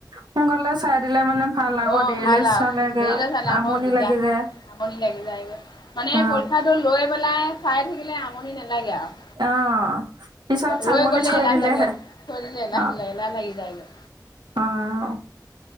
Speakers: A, on the right; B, on the left.
A: সোনকালে চাই দিলে মানে ভাল আক'
B: অ'
A: দেৰিলৈ
B: ভাল আৰু
A: চালেগে
B: দেৰিলৈ চালে আকৌ
A: আমনি
B: দিগদাৰ
A: লাগি যায়।
B: আমনি লাগি যায়গৈ, মানে
A: অ
B: পৰীক্ষাটো লৈ পেলাই চাই থাকিলে আমনি নেলাগে আৰু।
A: অ' পিছত চাম
B: ৰৈ
A: বুলি
B: গ'লে
A: থৈ
B: এলাহ
A: দিলে।
B: লাগে থৈ দিলে এলাহ
A: অ'
B: এলাহ লাগি যায়গৈ
A: অ'